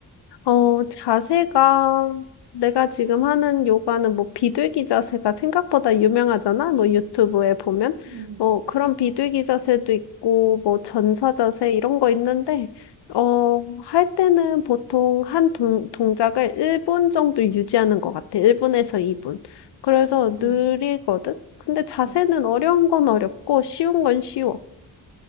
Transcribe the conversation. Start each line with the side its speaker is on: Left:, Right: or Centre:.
Left: 어, 자세가, 내가 지금 하는 요가는 뭐 비둘기 자세가 생각보다 유명하잖아? 뭐 유튜브에 보면.
Right: 음.
Left: 뭐 그런 비둘기 자세도 있고, 뭐 전사 자세 이런 거 있는데, 어, 할 때는 보통 한 동, 동작을 1분 정도 유지하는 것 같아. 1분에서 2분. 그래서
Right: 음. 음.
Left: 느리거든? 근데 자세는
Right: 어.
Left: 어려운 건 어렵고, 쉬운 건 쉬워.